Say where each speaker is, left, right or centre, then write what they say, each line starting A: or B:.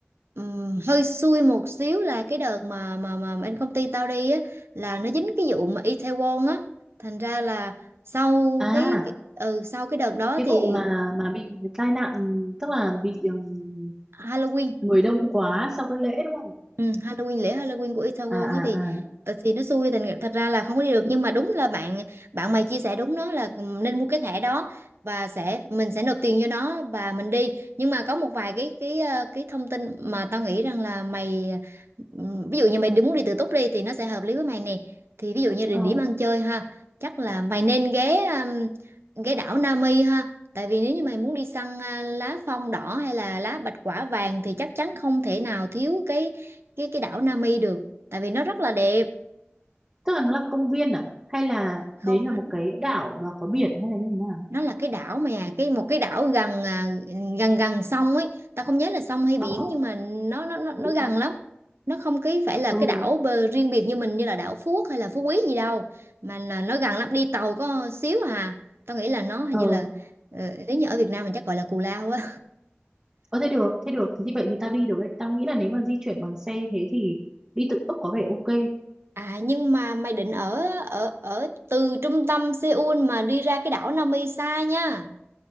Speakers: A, on the right; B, on the right.
A: ừm, hơi xui một xíu là cái đợt mà mà mà bên công ty tao đi á là nó dính cái vụ mà Itaewon á thành ra là sau
B: À,
A: cái, cái ừ, sau cái đợt đó
B: cái
A: thì
B: vụ mà mà bị tai nạn tức là bị ừm,
A: Halloween
B: người đông quá sau cái lễ đúng không?
A: Ừ, Halloween lễ Halloween của Itaewon
B: À
A: á thì
B: à à.
A: ờ, thì nó xui thành thật ra là không có đi được nhưng mà đúng là bạn bạn mày chia sẻ đúng đó là ừ, nên mua cái thẻ đó và sẽ mình sẽ nộp tiền cho nó và mình đi nhưng mà có một vài cái cái ờ, cái thông tin mà tao nghĩ rằng là mày ừm, ví dụ như mày đi muốn đi tự túc đi thì nó sẽ hợp lý với mày nè thì ví dụ như địa
B: Ờ,
A: điểm ăn chơi ha chắc là mày nên ghé ừm, ghé đảo Nami ha tại vì nếu như mày muốn đi săn à, lá phong đỏ hay là lá bạch quả vàng thì chắc chắn không thể nào thiếu cái cái cái đảo Nami được tại vì nó rất là đẹp
B: tức là nó là công viên à hay là
A: không
B: đấy là
A: nó,
B: một cái đảo và có biển hay là như thế nào?
A: nó là cái đảo mà cái một cái đảo gần à, gần gần sông ấy ta không nhớ là sông hay biển
B: Ờ
A: nhưng mà nó nó nó, nó
B: ừ
A: gần
B: ừ.
A: lắm nó không cái phải là
B: Ừ.
A: cái đảo bờ riêng biệt như mình như là đảo Phú Quốc hay là Phú Quý gì đâu mà là nó gần lắm đi tàu có xíu à tao nghĩ là nó hình
B: Ờ,
A: như là ờ, nếu như ở Việt Nam mình chắc gọi là Cù Lao á
B: Ờ, thế được, thế được. Thế thì vậy thì tao đi được đấy. Tao nghĩ là nếu mà di chuyển bằng xe như thế thì đi tự túc có vẻ ok.
A: à nhưng mà mày định ở ở ở từ trung tâm Seoul mà đi ra cái đảo Nami xa nha